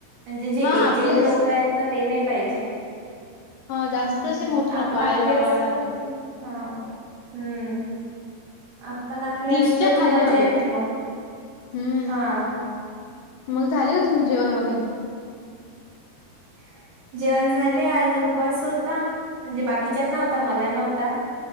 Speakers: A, on the right; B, on the left.
A: म्हणजे जे
B: हा
A: एजेड
B: आपलेच
A: लोक आहेत ना ते नाही पाहिजे.
B: ह जास्त
A: हम्म
B: असे मोठे नको
A: आपण
B: आई
A: आपले
B: बाबा
A: असलो
B: सारखे
A: की हा हम्म. आपण आपले
B: तीसच्या
A: असलो कि
B: खाली
A: मजा
B: हवेत
A: येते मग
B: हम्म
A: हा.
B: मग झाले का तुमं जेवण वगैरे
A: <unintelligible> जेवण झाले आज उपवास होता म्हणजे बाकीच्यां न होता मला नव्हता.